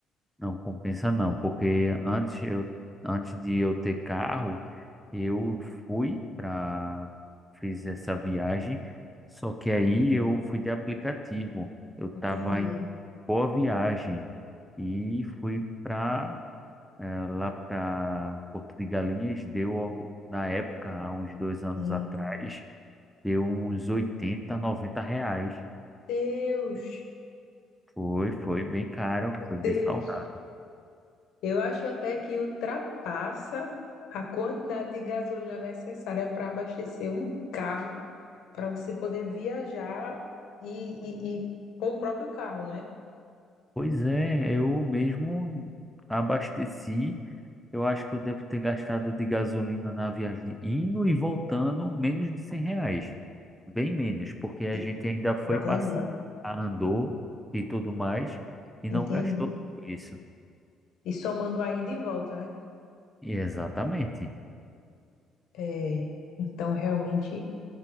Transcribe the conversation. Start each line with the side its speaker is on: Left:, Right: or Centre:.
Centre: não compensa não, porque antes eu, antes de eu ter carro, eu fui para, fiz essa viagem, só que aí eu fui de aplicativo. Eu estava
Left: Entendi.
Centre: boa viagem e fui para lá para Porto de Galinhas, deu ao- na época, há uns dois anos
Left: Hum,
Centre: atrás, deu uns 80 90 reais.
Left: Deus,
Centre: Foi, foi bem caro, foi bem
Left: Deus.
Centre: salgado.
Left: Eu acho até que ultrapassa a quantidade de gasolina necessária para abastecer um carro, para você poder viajar e, e- e com o próprio carro, não é?
Centre: Pois é, eu mesmo abasteci Eu acho que eu devo ter gastado de gasolina na viagem indo e voltando menos de 100 reais. Bem menos, porque a
Left: E-
Centre: gente ainda foi
Left: Já Entendi,
Centre: passear, andou e tudo mais e
Left: entendi.
Centre: não gastou tudo isso.
Left: E somando aí de volta, né?
Centre: E exatamente.
Left: É, então, realmente,